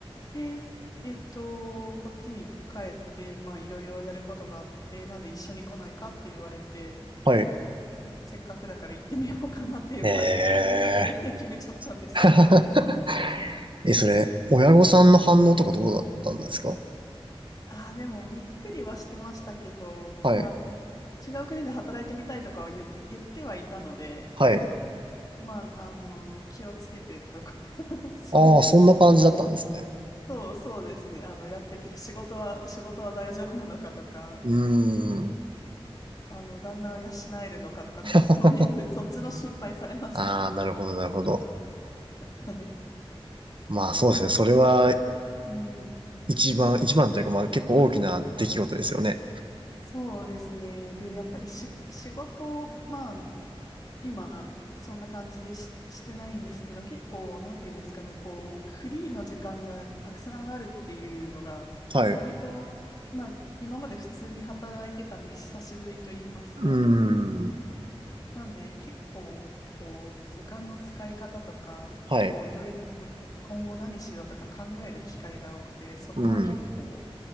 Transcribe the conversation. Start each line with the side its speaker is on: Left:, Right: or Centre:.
Left: で、えっと、こっちに帰って、まあいろいろやることがあって、なんで一緒に来ないかって言われて、
Right: はい。
Left: せせっかくだから行ってみようかなっていう感じで軽いノリで
Right: ええ。
Left: <laughs> 決めちゃったんですけど。
Right: <laughs> え、それ、親御さんの反応とかどうだったんですか
Left: ああ、でもびっくりはしてましたけど、
Right: はい、
Left: まあ違う国で働いてみたいとかは言、言ってはいたので、
Right: はい。
Left: まあ、あの、気をつけてとか <laughs> そういう、
Right: ああ、そんな感じだったんですね。
Left: そう、そうですね。あの、やってけ、仕事は、仕事は大丈夫なのかとか、
Right: うーん。
Left: あの、旦那を養えるのかとか、なんかそういう、
Right: <laughs>
Left: そっちの心配されましたね。
Right: ああ、なるほど、なるほど。
Left: <laughs> はい
Right: まあそうですね。それは
Left: うん
Right: 一番、一番というかまあ結構大きな出来事ですよね。
Left: そうですね。で、やっぱりし、仕事、まあ、今、そんな感じでし、してないんですけど、結構、なんていうんですかね、こう、フリーの時間がたくさんあるっていうのが、
Right: はい。
Left: 割と、
Right: う
Left: まあ、今まで普通に働いてたんで、久しぶりと言いますか。
Right: ーん。
Left: なんで、結構、こう、時間の使い方とか、
Right: はい。
Left: こう、いろいろ、今後何しようとか考える機会が多くて、そこは結構、
Right: うん。